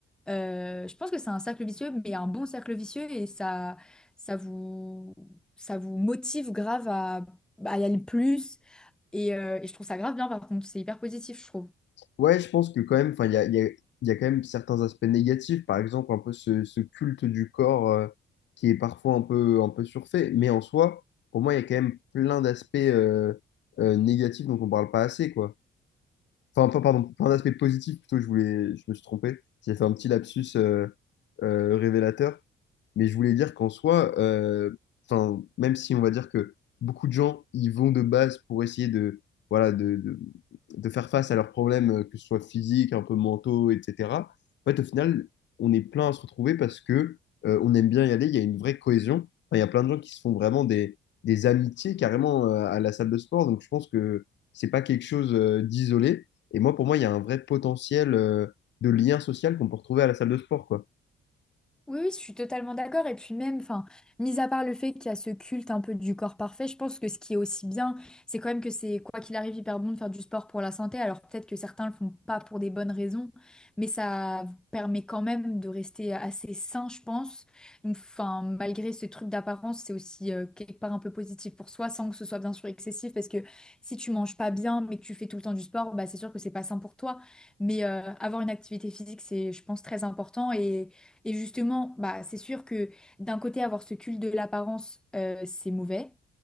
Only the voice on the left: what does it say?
Ouais, je pense que quand même, enfin, il y a, il y a- il y a quand même certains aspects négatifs, par exemple un peu ce, ce culte du corps euh, qui est parfois un peu, un peu surfait, mais en soi, pour moi, il y a quand même plein d'aspects euh, euh, négatifs dont on parle pas assez, quoi. Enfin, pas, pardon, plein d'aspects positifs, plutôt, je voulais, je me suis trompé, j'ai fait un petit lapsus euh, euh, révélateur, mais je voulais dire qu'en soi, euh, 'fin, même si on va dire que beaucoup de gens ils vont de base pour essayer de, voilà, de, de, de faire face à leurs problèmes, euh, que ce soit physiques, un peu mentaux, etc. En fait, au final, on est plein à se retrouver parce que euh, on aime bien y aller, il y a une vraie cohésion. Enfin, il y a plein de gens qui se font vraiment des, des amitiés carrément euh, à la salle de sport. Donc je pense que c'est pas quelque chose euh, d'isolé. Et moi, pour moi, il y a un vrai potentiel euh, de lien social qu'on peut retrouver à la salle de sport, quoi.